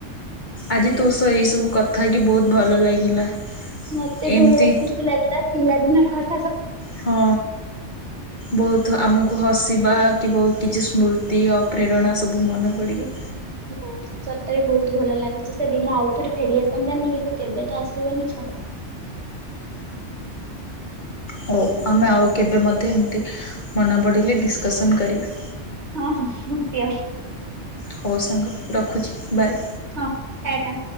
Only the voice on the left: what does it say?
ଆଜି ତୋ ସହ ଏଇସବୁ କଥା ହେଇକିି ବହୁତ ଭଲ ଲାଗିଲା।
ଏମିତି
ହଁ, ବହୁତ ଆମକୁ ହସିବା କି ବହୁତ କିଛି ସ୍ମୃତି ଆଉ ପ୍ରେରଣା ସବୁ ମନେ ପଡିବ।
ହଉ, ଆମେ ଆଉ କେବେ ମଧ୍ୟ ଏମତି ମନେ ପଡ଼ିଲେ ଡିସକସନ୍ କରିବା।
ହଉ ସାଙ୍ଗ ରଖୁଛି, ବାଏ।